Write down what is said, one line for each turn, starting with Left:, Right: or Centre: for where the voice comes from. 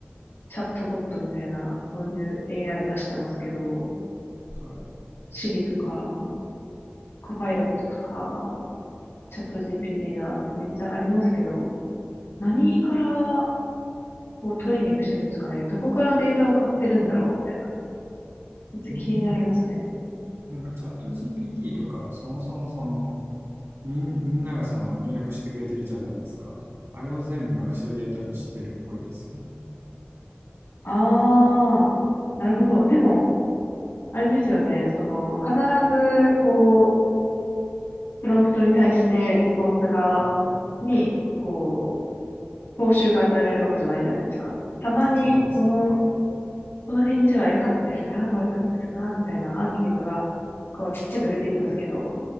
Left: チャットボットみたいな、そういう AI 出してますけど、
Right: はい。
Left: Siri とか、コパイロットとか、チャット GPT だってめっちゃありますけど、何からこうトレーニングしてるんですかね。どこからデータを買ってるんだろうみたいな。めっちゃ気になりますね。
Right: うん。なんかチャット GPT とかそもそもそのみんみんながその入力してくれてるじゃないですか。あれを全部学習データにしてるっぽいですよ。
Left: ああ、なるほど。でも、あれですよね。その、必ず、こう、プロンプトに対してレスポンスが、
Right: うん。
Left: に、こう、報酬が与えられるわけじゃないじゃないですか。たまに、
Right: そうですね。
Left: この、この返事は良かったですか悪かったですかみたいなアンケートが、こう、ちっちゃく出てきますけど、